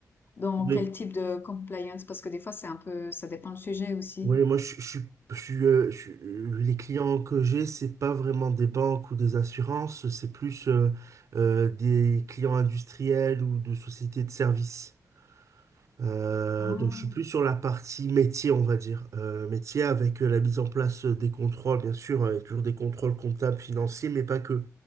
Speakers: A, on the left; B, on the right.
A: dans
B: Oui,
A: quel type de compliance? Parce que des fois, c'est un peu, ça dépend le sujet aussi.
B: oui, moi, je, je suis, je suis, euh, je suis- euh, les clients que j'ai, c'est pas vraiment des banques ou des assurances, c'est plus euh, euh, des clients industriels ou de sociétés de services. Euh,
A: Ah.
B: donc je suis plus sur la partie métier, on va dire. Euh, métier avec euh, la mise en place des contrôles, bien sûr, euh, il y a toujours des contrôles comptables, financiers, mais pas que.